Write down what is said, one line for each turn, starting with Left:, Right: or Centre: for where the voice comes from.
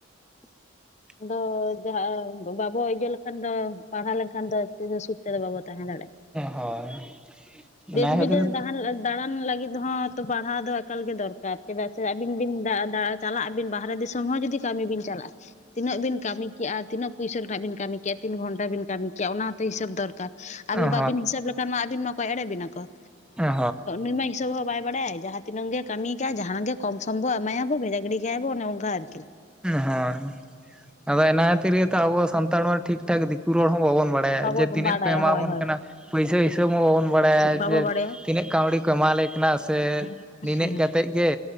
Centre: <inaudible>
Left: ᱟᱫᱚ ᱡᱟᱦᱟᱸ ᱵᱟᱵᱚ ᱤᱭᱟᱹ ᱞᱮᱠᱷᱟᱱ ᱫᱚ ᱯᱟᱲᱦᱟᱣ ᱞᱮᱱᱠᱷᱟᱱ ᱫᱚ ᱛᱤᱨᱮ ᱥᱩᱫ ᱛᱮᱫᱚ ᱵᱟᱵᱚ ᱛᱟᱦᱮᱸ ᱫᱟᱲᱮᱭᱟᱜᱼᱟ᱾
Centre: ᱦᱳᱭ ᱚᱱᱟ
Left: ᱫᱮᱥ
Centre: ᱠᱷᱟᱹᱛᱤᱨ
Left: ᱵᱤᱫᱮᱥ
Centre: ᱦᱳᱭ
Left: ᱫᱟᱦᱟᱱ ᱞᱟᱹᱜᱤᱫᱼᱼ ᱫᱟᱬᱟᱱ ᱞᱟᱹᱜᱤᱫ ᱦᱚᱸ ᱛᱚ ᱯᱟᱲᱦᱟᱣ ᱫᱚ ᱮᱠᱟᱞ ᱜᱮ ᱫᱚᱨᱠᱟᱨ, ᱪᱮᱫᱟᱜ ᱥᱮ ᱟᱹᱵᱤᱱ ᱵᱤᱱ ᱫᱟᱜᱼᱟ <inaudible> ᱪᱟᱞᱟᱜ ᱟᱵᱤᱱ ᱵᱟᱦᱨᱮ ᱫᱤᱥᱚᱢ ᱦᱚᱸ ᱡᱩᱫᱤ ᱠᱟᱹᱢᱤ ᱵᱤᱱ ᱪᱟᱞᱟᱜᱼᱟ, ᱛᱤᱱᱟᱹᱜ ᱵᱤᱱ ᱠᱟᱹᱢᱤ᱾ ᱠᱮᱜᱼᱟ ᱛᱤᱱᱟᱹᱜ ᱯᱩᱭᱥᱟᱹ ᱨᱮᱱᱟᱜ ᱵᱤᱱ ᱠᱟᱹᱢᱤ ᱠᱮᱜᱼᱟ, ᱛᱤᱱ ᱜᱷᱚᱱᱴᱟ ᱵᱤᱱ ᱠᱟᱹᱢᱤ ᱠᱮᱜᱼᱟ, ᱚᱱᱟ ᱦᱚᱸᱛᱚ ᱦᱤᱥᱟᱹᱵ ᱫᱚᱨᱠᱟᱨ᱾ ᱟᱫᱚ
Centre: ᱦᱳᱭ
Left: ᱵᱟᱵᱤᱱ ᱦᱤᱥᱟᱹᱵ ᱞᱮᱠᱷᱟᱱ ᱢᱟ ᱟᱹᱵᱤᱱ ᱢᱟᱠᱚ ᱮᱲᱮ ᱵᱤᱱᱟ ᱠᱚᱼᱼ
Centre: ᱦᱳᱭ
Left: ᱩᱱᱤ ᱢᱟ ᱦᱤᱥᱟᱹᱵ ᱦᱚᱸ ᱵᱟᱭ ᱵᱟᱲᱟᱭᱟ ᱡᱟᱦᱟᱸ ᱛᱤᱱᱟᱹᱜ ᱜᱮ ᱠᱟᱹᱢᱤ ᱠᱟᱜᱼᱟ, ᱡᱟᱦᱟᱱ ᱜᱮ ᱠᱚᱢ ᱥᱚᱢ ᱵᱚ ᱮᱢᱟᱭᱟ ᱵᱚ ᱵᱷᱮᱡᱟ ᱜᱤᱰᱤᱼᱼ ᱜᱮᱭᱟ ᱵᱚᱱ ᱚᱱᱠᱟ ᱟᱨᱠᱤ᱾
Centre: ᱦᱳᱭ, ᱟᱫᱚ ᱚᱱᱟ ᱠᱷᱟᱹᱛᱤᱨ ᱛᱚ ᱟᱵᱚ ᱥᱟᱱᱛᱟᱲ ᱦᱚᱲᱼᱼ ᱴᱷᱤᱠ ᱴᱷᱟᱠ ᱫᱤᱠᱩ ᱨᱚᱲ ᱦᱚᱸ ᱵᱟᱵᱚᱱ ᱵᱟᱲᱟᱭᱟ,
Left: ᱵᱟᱵᱚ
Centre: ᱡᱮ ᱛᱤᱱᱟᱹᱜ
Left: ᱵᱟᱰᱟᱭᱟ
Centre: ᱠᱚ ᱮᱢᱟ
Left: ᱦᱳᱭ
Centre: ᱵᱚᱱ
Left: ᱦᱳᱭ
Centre: ᱠᱟᱱᱟ, ᱯᱩᱭᱥᱟᱹ ᱦᱤᱥᱟᱹᱵ ᱦᱚᱸ ᱵᱟᱵᱚᱱ ᱵᱟᱲᱟᱭᱟ
Left: ᱵᱟᱵᱚ
Centre: ᱡᱮᱼᱼ
Left: ᱵᱟᱲᱟᱭᱟ
Centre: ᱛᱤᱱᱟᱹᱜ ᱠᱟᱹᱣᱰᱤ ᱠᱚ ᱮᱢᱟᱞᱮ ᱠᱟᱱᱟ, ᱥᱮ
Left: ᱦᱮᱸ
Centre: ᱛᱤᱱᱟᱹᱜ
Left: ᱦᱮᱸ
Centre: ᱠᱟᱛᱮᱜ ᱜᱮ